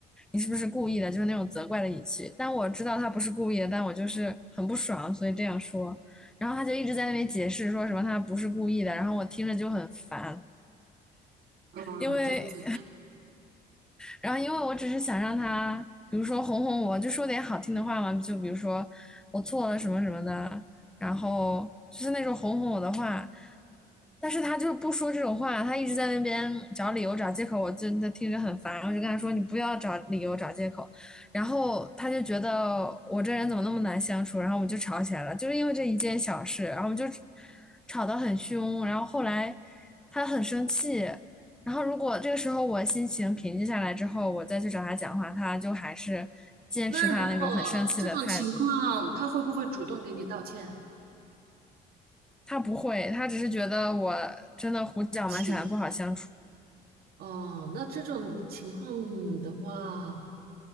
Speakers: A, in the centre; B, on the right.
A: 你是不是故意的，就是那种责怪的语气。但我知道他不是故意的，但我就是很不爽，所以这样说。然后他就一直在那边解释说什么他不是故意的，然后我听着就很烦。
B: 啊？
A: 因为
B: 这样子。
A: 然后因为我只是想让他，比如说哄哄我，就说点好听的话嘛，就比如说我错了什么什么的，然后就是那种哄哄我的话。但是他就是不说这种话，他一直在那边找理由找借口，我真的听着很烦。我就跟他说：“你不要找理由找借口。”然后他就觉得我这人怎么那么难相处，然后我们就吵起来了，就是因为这一件小事，然后我们就吵得很凶。然后后来他很生气，然后如果这个时候我心情平静下来之后，我再去找他讲话，他就还是坚持他那种很生气的态度。
B: 那如果这种情况，他会不会主动给你道歉、
A: 他不会，他只是觉得我真的胡搅蛮缠，
B: 道歉？
A: 不好相处。
B: 哦，那这种情况的话，